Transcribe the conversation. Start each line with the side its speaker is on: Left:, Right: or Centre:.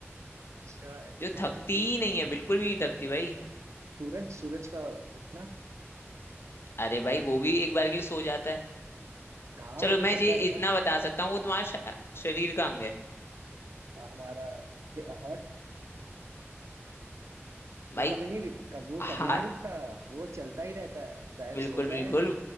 Right: अच्छा ऐसी
Left: जो
Right: कौन
Left: थकती
Right: सी चीज
Left: ही
Right: है
Left: नहीं है बिल्कुल भी नहीं थकती भाई
Right: सूरज सूरज का उठना
Left: अरे भाई वो भी एक बार के लिए सो जाता है
Right: कहाँ
Left: चलो
Right: वो तो
Left: मैं
Right: चलता
Left: ये
Right: रहता
Left: इतना बता सकता हूँ वो तुम्हारे शा- शरीर का अंग है
Right: है हमारा हार्ट वो
Left: भाई
Right: कभी नहीं कब वो
Left: हाँ
Right: कभी नहीं रुकता वो चलता ही रहता है शायद
Left: बिल्कुल
Right: सो रहा
Left: बिल्कुल
Right: है